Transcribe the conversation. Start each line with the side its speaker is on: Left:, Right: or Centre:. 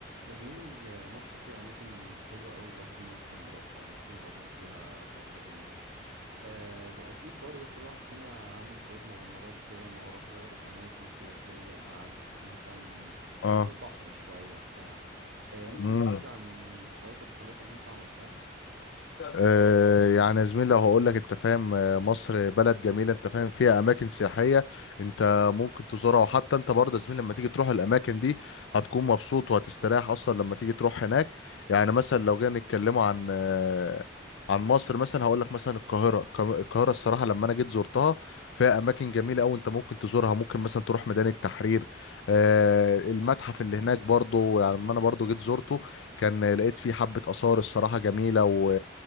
Right: يا زميلي مصر فيها أماكن حلوة أوي الواحد ممكن يروحها وممكن يقضي فيها فترة جميلة أه وأكيد برضه كل واحد فينا عمل شوية مغامرات كده إن هو راح زار أماكن سياحية قعد مثلا
Left: اه
Right: على البحر شوية بتاع أه ممكن
Left: امم
Right: تقولي عن شوية الرحلات اللي أنت عملتها
Left: آه، يعني يا زميلي لو هقول لك انت فاهم آه، مصر بلد جميله انت فاهم فيها اماكن سياحيه انت ممكن تزورها وحتى انت برضه يا زميلي لما تيجي تروح الاماكن دي هتكون مبسوط وهتستريح اصلا لما تيجي تروح هناك يعني مثلا لو جينا نتكلموا عن آه، عن مصر مثلا هقول لك مثلا القاهره القا- القاهره الصراحه لما انا جيت زرتها فيها اماكن جميله قوي انت ممكن تزورها ممكن مثلا تروح ميدان التحرير آه، المتحف اللي هناك برضه يعني لما انا برضه جيت زرته كان لقيت فيه حبه اثار الصراحه جميله و